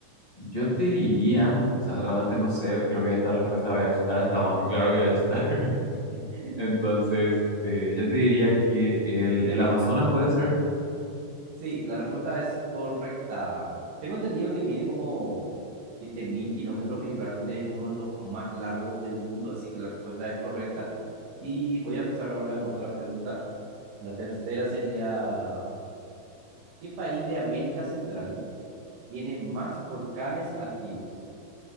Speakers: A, on the left; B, on the right.
A: Yo te diría, o sea, realmente no sé, creo que esta respuesta voy a chutar, está más que claro que voy a chutar. <laughs>
B: <laughs>
A: Entonces, eh, yo te diría que el, el Amazonas puede ser.
B: Sí, la respuesta es correcta. Tengo entendido que mide como 7.000 kilómetros y realmente es uno de los más largos del mundo, así que la respuesta es correcta. Y voy a pensar ahora en otra pregunta. La tercera sería, ¿qué país de América Central tiene más volcanes activos?